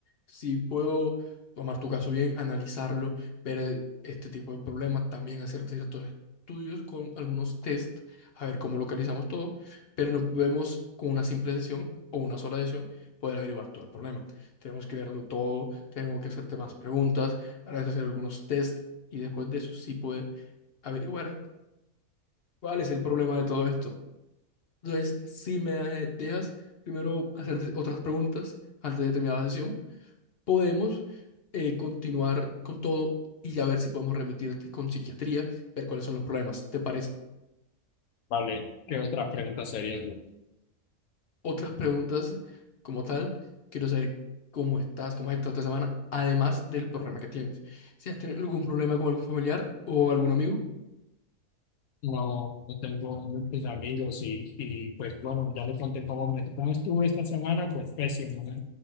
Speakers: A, on the left; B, on the left.
A: Si puedo tomar tu caso bien, analizarlo, ver eh, este tipo de problemas, también hacer ciertos estudios con algunos test, a ver cómo localizamos todo, pero no podemos con una simple sesión o una sola sesión poder averiguar todo el problema. Tenemos que verlo todo, tengo que hacerte más preguntas, ahora hacer algunos test y después de eso sí poder averiguar cuál es el problema de todo esto. Entonces, si me de- dejas primero hacerte otras preguntas antes de terminar la sesión, podemos eh, continuar con todo y ya ver si podemos remitirte con psiquiatría, ver cuáles son los problemas. ¿Te parece?
B: Vale, ¿qué otras preguntas serían?
A: Otras preguntas como tal, quiero saber cómo estás, cómo has estado esta semana, además del problema que tienes. Si has tenido algún problema con algún familiar o algún amigo.
B: No, no tengo muchos amigos y, y pues bueno, ya le conté cómo, me, cómo estuve esta semana, pues pésimo, ¿no?